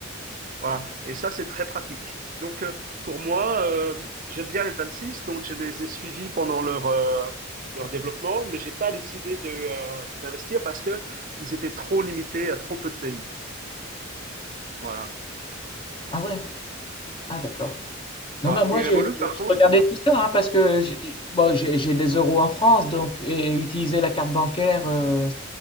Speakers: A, on the right; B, on the left.
A: Voilà. Et ça, c'est très pratique. Donc, euh, pour moi, euh, j'aime bien les 26, donc je les ai suivis pendant leur, euh, leur développement, mais j'ai pas décidé de, euh, d'investir parce que ils étaient trop limités à trop peu de pays. Voilà.
B: Ah ouais, ah d'accord.
A: Voilà.
B: Non, bah moi,
A: Et
B: j'ai
A: Revolut,
B: je-
A: par contre,
B: regardais tout ça hein, parce que j'ai bon, j'ai- j'ai des euros en France donc, et utiliser la carte bancaire, euh,